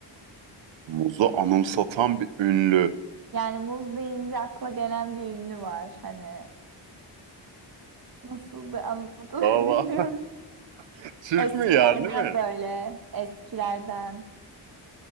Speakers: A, on the right (about 80°); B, on the right (about 50°).
A: Muzu anımsatan bir ünlü.
B: Yani muz deyince akla gelen bir ünlü var. Hani Nasıl da anlatılır
A: Valla.
B: <laughs> bilmiyorum.
A: <laughs> Türk
B: Eskilerden
A: mü yerli mi?
B: böyle. Eskilerden.